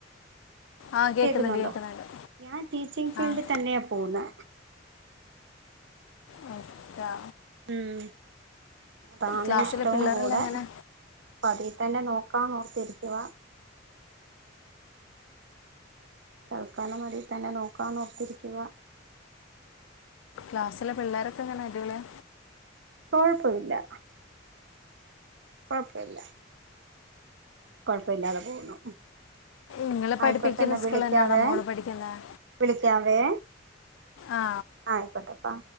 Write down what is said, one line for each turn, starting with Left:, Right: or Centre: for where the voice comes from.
Left: ആ കേൾക്കുന്നുണ്ട്
Right: കേക്കുന്നൊണ്ടോ?
Left: കേൾക്കുന്നുണ്ട്
Right: ഞാൻ ടീച്ചിങ്ങ് ഫീൽഡിൽ
Left: ആ
Right: തന്നെയാ പോകുന്നെ.
Left: ഉം താ
Right: ഉം അതാണ്
Left: ക്ലാസ്സിലെ
Right: ഇഷ്ടവും
Left: പിള്ളേരെല്ലാം
Right: കൂടെ,
Left: എങ്ങനെ
Right: പ്പതിത്തന്നെ നോക്കാന്നോർത്തിരിക്കുവാ. തൽക്കാലമതിൽ തന്നെ നോക്കാന്നോർത്തിരിക്കുവാ.
Left: ക്ലാസ്സിലെ പിള്ളാരൊക്കെങ്ങനെ അടിപൊളിയ?
Right: കൊഴപ്പവില്ല. കൊഴപ്പില്ല കൊഴപ്പില്ലാതെ പോകുന്നു.
Left: നിങ്ങൾ
Right: ആയിക്കോട്ടെന്നാ
Left: പഠിപ്പിക്കുന്ന സ്കൂളിൽ
Right: വിളിക്കാവേ,
Left: തന്നെയാണോ മോള് പഠിക്കുന്നത്
Right: വിളിക്കാവേ.
Left: ആ
Right: ആയിക്കോട്ടെപ്പാ.